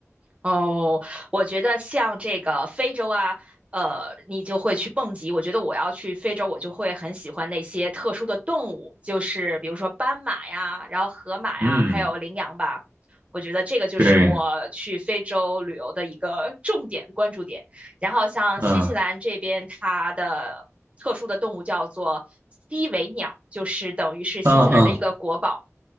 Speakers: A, on the right; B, on the right.
A: 哦，我觉得像这个非洲啊，呃，你就会去蹦极。我觉得我要去非洲，我就会很喜欢那些特殊的动物，就是比如说斑马呀，然后河马呀，
B: 嗯，
A: 还有羚羊吧。我觉得这个就是我去非洲旅游的一个重点关注点。
B: 对，
A: 然后像新西兰这边，
B: 嗯，啊
A: 它的特殊的动物叫做西尾鸟，就是等于是新西兰的一个国宝。
B: 嗯，